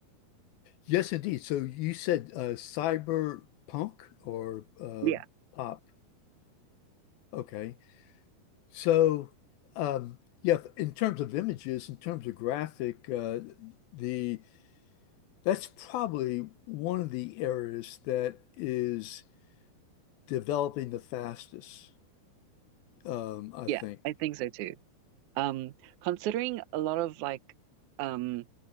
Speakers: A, on the left; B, on the right.
A: Yes, indeed. So you said uh, cyberpunk or uh,
B: Yeah.
A: pop. Okay. So, um, yeah, in terms of images, in terms of graphic, uh, the that's probably one of the areas that is developing the fastest, um, I
B: Yeah,
A: think.
B: I think so too. Um, considering a lot of like um